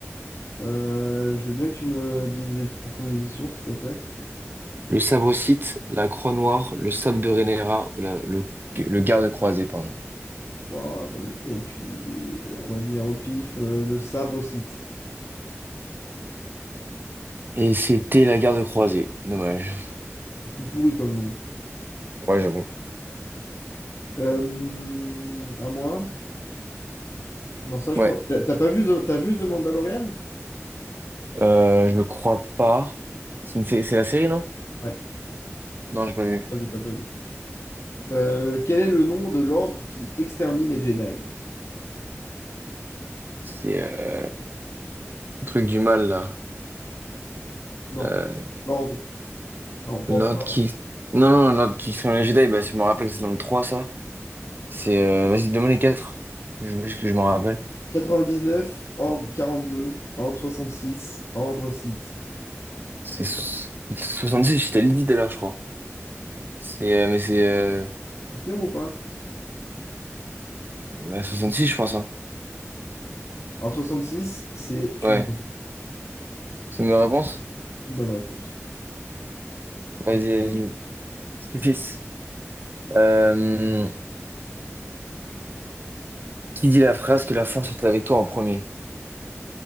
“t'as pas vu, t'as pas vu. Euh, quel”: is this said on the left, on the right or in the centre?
Left